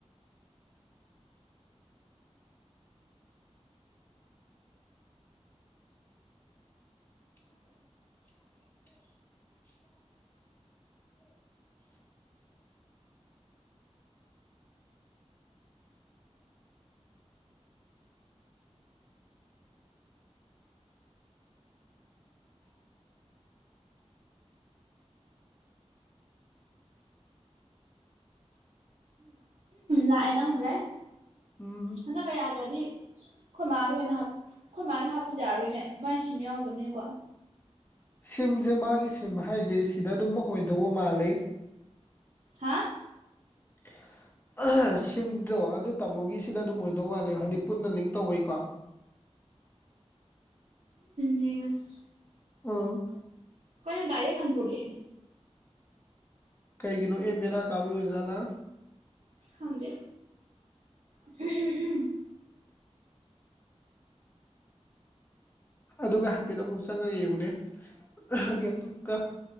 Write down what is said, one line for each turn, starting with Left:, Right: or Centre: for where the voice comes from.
Left: <unintelligible> <unintelligible> <inaudible>
Right: ꯂꯥꯛꯑꯦ ꯅꯝꯈ꯭ꯔꯦ
Left: ꯎꯝ
Right: ꯍꯟꯗꯛꯀ ꯌꯥꯗ꯭ꯔꯗꯤ ꯑꯩꯈꯣꯏ ꯃꯥꯒꯤ ꯑꯣꯏꯅ ꯍꯥꯞ ꯑꯩꯈꯣꯏ ꯃꯥꯒꯤ ꯍꯥꯞꯄꯁꯨ ꯌꯥꯔꯔꯣꯏꯅꯦ ꯃꯥꯏ ꯁꯤ ꯌꯥꯎꯗꯕꯅꯤꯅꯀꯣ
Left: ꯁꯤꯝꯁꯦ ꯃꯥꯒꯤ ꯁꯤꯝ ꯍꯥꯏꯁꯦ ꯁꯤꯗ ꯑꯗꯨꯝ ꯑꯣꯏꯗꯧꯕ ꯃꯥꯜꯂꯤ
Right: ꯍꯥ
Left: <unintelligible> <unintelligible> ꯁꯤꯝꯗꯣ ꯑꯗꯨ ꯇꯥꯃꯣꯒꯤꯁꯤꯗ ꯑꯗꯨꯝ ꯑꯣꯏꯗꯧ ꯋꯥꯂꯦꯕ ꯍꯥꯏꯗꯤ ꯄꯨꯟꯅ ꯂꯤꯡ ꯇꯧꯕꯩꯀꯣ
Right: ꯌꯦꯡꯉꯁ
Left: ꯎꯝ
Right: ꯅ‌ ꯗꯥꯏꯔꯦꯛ ꯍꯟꯇꯣꯔꯛꯑꯦ
Left: ꯀꯩꯒꯤꯅꯣ ꯑꯦꯞ ꯕꯦꯔꯥ ꯀꯥꯕꯩ ꯑꯣꯏꯖꯥꯠꯂ
Right: ꯈꯪꯗꯦ <unintelligible>
Left: ꯑꯗꯨꯒ ꯍꯥꯏꯐꯦꯠ ꯑꯃꯨꯛ ꯆꯪꯉꯥ ꯌꯦꯡꯉꯨꯅꯦ ꯑꯦꯞꯇꯨꯒꯥ